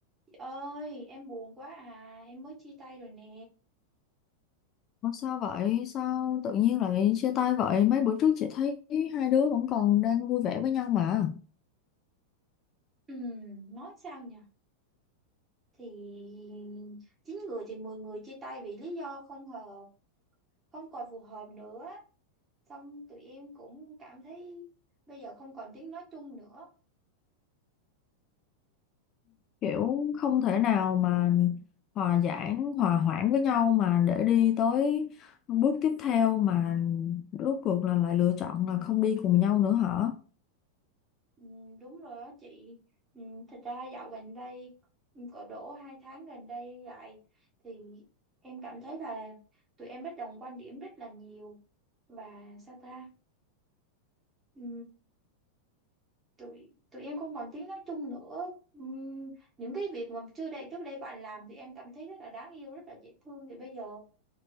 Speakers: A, on the right; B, on the left.
A: Chị ơi, em buồn quá à, em mới chia tay rồi nè.
B: Ủa sao vậy? Sao tự nhiên lại chia tay vậy? Mấy bữa trước chị thấy hai đứa vẫn còn đang vui vẻ với nhau mà.
A: Ừm, nói sao nhở? Thì chín người thì 10 người chia tay vì lý do không hợp, không còn phù hợp nữa. Xong tụi em cũng cảm thấy bây giờ không còn tiếng nói chung nữa.
B: Kiểu không thể nào mà hòa giải, hòa hoãn với nhau mà để đi tới bước tiếp theo mà rốt cuộc là lại lựa chọn là không đi cùng nhau nữa hả?
A: Ừm, đúng rồi đó chị. Ừm, thật ra dạo gần đây, cỡ đổ hai tháng gần đây lại thì em cảm thấy là tụi em bất đồng quan điểm rất là nhiều và sao ta? Ừ, tụi tụi em không còn tiếng nói chung nữa Ừm, những cái việc mà trước đây trước đây bạn làm thì em cảm thấy rất là đáng yêu rất là dễ thương thì bây giờ